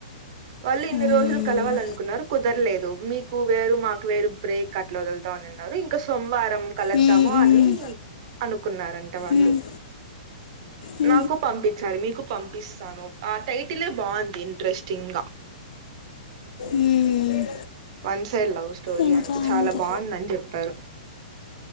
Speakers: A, on the right (about 45°); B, on the left (about 70°).
A: వాళ్ళు ఇన్ని
B: మ్మ్.
A: రోజులు కలవాలనుకున్నారు కుదరలేదు మీకు వేరు మాకు వేరు బ్రేక్ అట్లా వదులుతా అనిన్నారు ఇంకా సొమ్ వారం కలద్దాము
B: మ్మ్,
A: అని
B: మ్మ్,
A: అనుకున్నారంటా వాళ్ళు
B: మ్మ్, మ్హూ,
A: నాకు పంపించారు మీకు పంపిస్తాను ఆ టైటిలే బాగుంది ఇంట్రెస్టింగ్ గా
B: మ్మ్.
A: వన్స్ సైడ్ లవ్ స్టోరీ
B: ఇంకా
A: అంట చాలా
B: అంతే
A: బాగుందని చెప్పారు